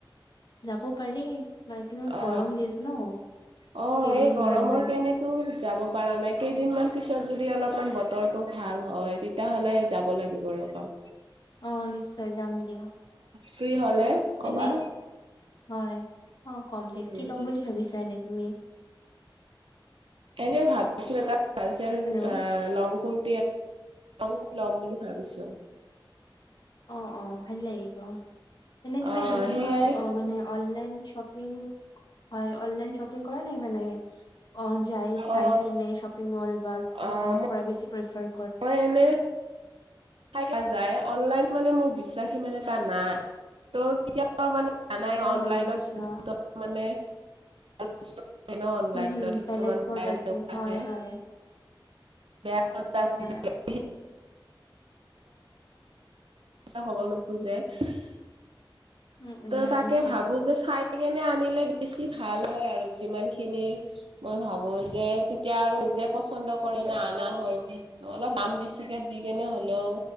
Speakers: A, on the left (about 55°); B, on the right (about 85°).
A: যাব পাৰি। ম কিন্তু
B: অ
A: গৰম দি আছে ন
B: অ
A: কেইদিনমান
B: এই গৰমৰ
A: মানে
B: কেণেতো। যাব পৰা নাই কেইদিনমান পিছত যদি অলপমান বতৰটো ভাল হয় তেতিয়া হ'লে যাব লাগিব ৰ। <unintelligible>
A: অ নিশ্চয় যাম দিয়ক।
B: ফ্ৰী হলে কবা
A: এনে হয়। অ কম দে।
B: উম,
A: কি ল'ম বুলি ভাবিছা এনে তুমি?
B: এনেই ভাবিছো এটা ভাল চাই
A: হেল্ল'
B: লং কোত টিয়েট লংকো লম বুলি ভাবিছো।
A: অ অ ভাল লাগিব। এনে তুমি
B: অ'
A: বেছিভাগ
B: সেইয়াই
A: অ মানে অনলাইন শ্বপ- পিং হয় অনলাইন শ্বপিং কৰা নাই মানে। অ যাই চাই
B: অ'
A: কিনে শ্বপিং মল বা
B: অ'
A: দোকানৰ পৰা বেছি প্ৰেফাৰ
B: মই এনে চাই থাকা যাই, অনলাইন মানে মোৰ বিশ্বাস ইমান এটা নাই ত কেতিয়াবা মানে জানাই
A: অ
B: অনলাইনত
A: আচ্ছা
B: বহুতৰ মানে ভাল বস্তু নাহে ন অনলাইনত
A: হম হম
B: কিছুমান
A: বেলেগৰ
B: বেয়া
A: তাত
B: এনেকে আহে।
A: হয় হয়
B: বেয়া
A: হয়
B: <unintelligible> হ'ব নোখোজে <unintelligible>
A: উম উম
B: ত
A: বুজিছো
B: তাকে ভাবো যে চাই সেকেনে আনিলে বেছি ভাল হয় আৰু যিমান খিনি মই ভাবো যে তেতিয়া আৰু নিজে পচন্দ কৰে অনা হয় যি ত অলপ দাম বেছিকে দি কেনে হ'লেও